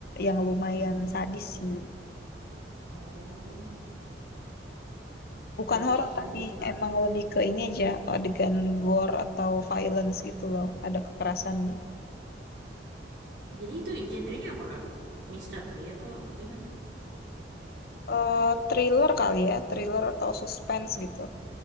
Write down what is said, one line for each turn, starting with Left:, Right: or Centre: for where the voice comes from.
Left: yang lumayan sadis sih.
Right: Oh,
Left: Bukan
Right: berarti
Left: horor
Right: lebih
Left: tapi
Right: ke...
Left: emang lebih ke ini aja, adegan gore atau violence gitu loh. Ada kekerasannya.
Right: Jadi itu genrenya apa kak? Misteri atau gimana?
Left: Eh thriller kali ya, thriller atau suspense gitu.